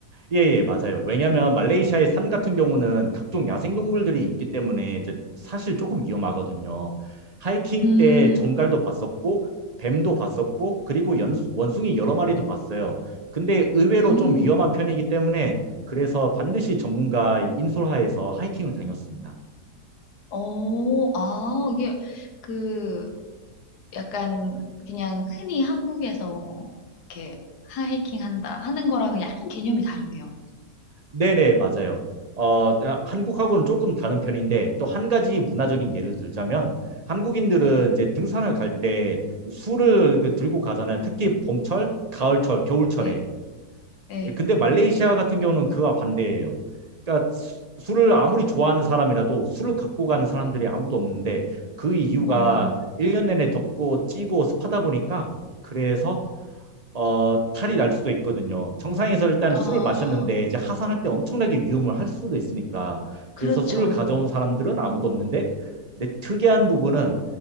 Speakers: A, on the right (about 30°); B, on the left (about 80°).
A: 예, 예, 맞아요. 왜냐면 말레이시아의 산 같은 경우는 각종 야생동물들이 있기 때문에 이제 사실 조금 위험하거든요. 하이킹
B: 음,
A: 때 정갈도 봤었고, 뱀도 봤었고, 그리고 연, 원숭이 여러 마리도 봤어요. 근데 의외로
B: 음,
A: 좀 위험한 편이기 때문에 그래서 반드시 전문가 인솔하에서 하이킹을 다녔습니다.
B: 어, 아, 이게 그 약간 그냥 흔히 한국에서 뭐 이렇게 하이킹 한다 하는 거랑은 약간 개념이 다르네요.
A: 네네, 맞아요. 어, 아, 한국하고는 조금 다른 편인데 또 한 가지 문화적인 예를 들자면 한국인들은 이제 등산을 갈 때 술을 그 들고 가잖아요. 특히 봄철, 가을철, 겨울철에.
B: 네, 네,
A: 예, 근데 말레이시아 같은 경우는 그와 반대예요. 그러니까 수- 술을 아무리 좋아하는 사람이라도 술을 갖고 가는 사람들이 아무도 없는데 그 이유가
B: 어,
A: 1년 내내 덥고 찌고 습하다 보니까 그래서 어, 탈이 날 수도 있거든요. 정상에서 일단
B: 아,
A: 술을 마셨는데 이제 하산할 때 엄청나게 위험을 할 수도 있으니까. 그래서
B: 그렇죠.
A: 술을 가져온 사람들은 아무도 없는데, 근데 특이한 부분은